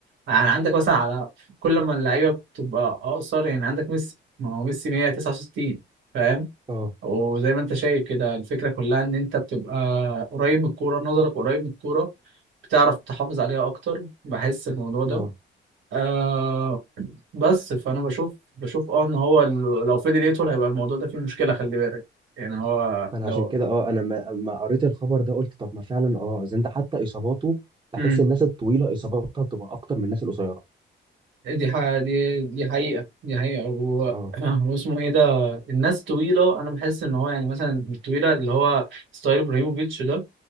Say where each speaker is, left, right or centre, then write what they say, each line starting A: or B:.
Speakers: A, on the right (about 75°); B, on the right (about 25°).
A: يعني عندك مثلا على كل ما اللعيبه بتبقى اقصر يعني عندك ميسي ما هو ميسي 169 فاهم
B: اه
A: وزي ما انت شايف كده الفكرة كلها ان انت بتبقى قريب من الكورة نظرك قريب من الكورة بتعرف تحافظ عليها اكتر بحس الموضوع ده
B: اه
A: آه بس فانا بشوف بشوف اه ان هو ال- لو فضل يطول هيبقى الموضوع ده فيه مشكلة خلي بالك يعني هو
B: فانا
A: لو
B: عشان كده اه انا ما- اما قريت الخبر ده قلت طب ما فعلا اه اذا انت حتى اصاباته بحس
A: امم
B: الناس الطويله اصاباتها بتبقى اكتر من الناس القصيره
A: دي ح... دي دي حقيقة دي حقيقة هو
B: اه
A: <clears throat> هو اسمه ايه ده الناس طويلة انا بحس ان هو يعني مثلا الطويلة اللي هو ستايل ابراهيموفيتش ده